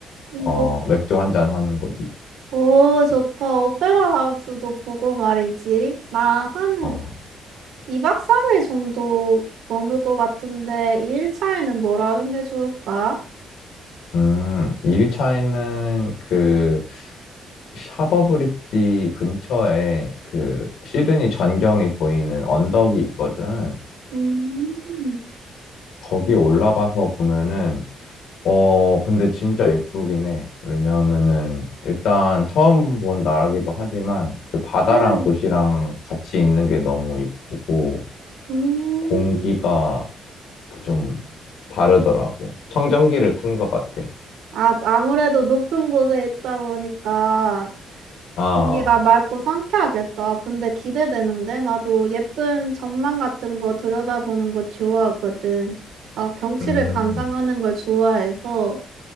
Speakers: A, on the right; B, on the left.
A: 음.
B: 어
A: 오,
B: 맥주 한잔 하는 거지.
A: 오, 좋다. 오페라 하우스도 보고 말이지. 나 한
B: 어,
A: 2박 3일 정도 머물 것 같은데, 이 일 차에는 뭘 하는 게 좋을까?
B: 음, 1차에는 그 하버브릿지 근처에 그 시드니 전경이 보이는 언덕이 있거든.
A: 음,
B: 거기 올라가서 보면은 어, 근데 진짜 예쁘긴 해. 왜냐하면은, 일단 처음 본 나라기도 하지만, 그 바다랑
A: 음,
B: 도시랑 같이 있는 게 너무 예쁘고,
A: 음.
B: 공기가 좀 다르더라고. 청정기를 튼 것 같아.
A: 아, 아무래도 높은 곳에 있다 보니까
B: 아,
A: 공기가 맑고 상쾌하겠다. 근데 기대되는데? 나도 예쁜 전망 같은 거 들여다보는 거 좋아하거든. 아, 경치를
B: 음,
A: 감상하는 걸 좋아해서